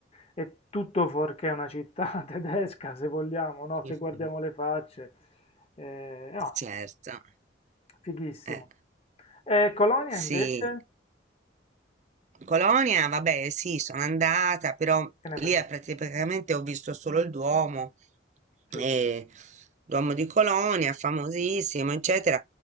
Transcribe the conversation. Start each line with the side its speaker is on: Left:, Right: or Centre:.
Left: è, è tutto fuorché una città <laughs> tedesca se vogliamo, no?
Right: <laughs>
Left: Se guardiamo le facce, eh, no,
Right: Certo,
Left: fighissimo.
Right: eh.
Left: E Colonia invece?
Right: Sì. Colonia, vabbè, sì, sono andata, però
Left: Che ne pensi?
Right: lì è prati- praticamente ho visto solo il Duomo,
Left: Figo.
Right: eh, Duomo di Colonia, famosissimo, eccetera.